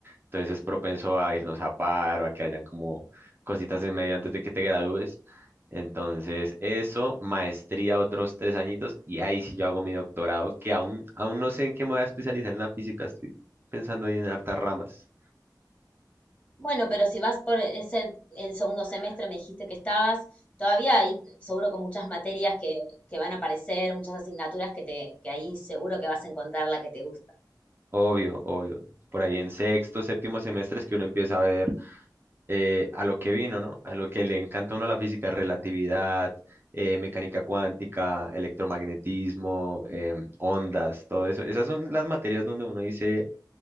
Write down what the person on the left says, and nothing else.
Bueno, pero si vas por e-, es el, el segundo semestre, me dijiste que estabas, todavía hay seguro con muchas materias que, que van a aparecer, muchas asignaturas que te, que ahí seguro que vas a encontrar la que te gusta.